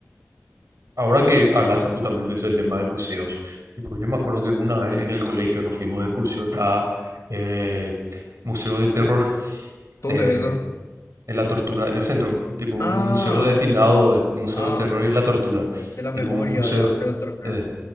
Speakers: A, on the right (about 85°); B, on the left (about 75°).
A: Ahora que hablaste justamente del tema de museos, tipo, yo me acuerdo que una vez en el colegio nos fuimos de excursión a eh, Museo del Terror
B: ¿Dónde
A: de,
B: es eso?
A: de la Tortura en el centro, tipo un
B: Ah.
A: museo destinado, al Museo
B: Ah,
A: del Terror y la Tortura,
B: de la memoria
A: tipo un museo,
B: de Alfredo Stroessner.
A: eh,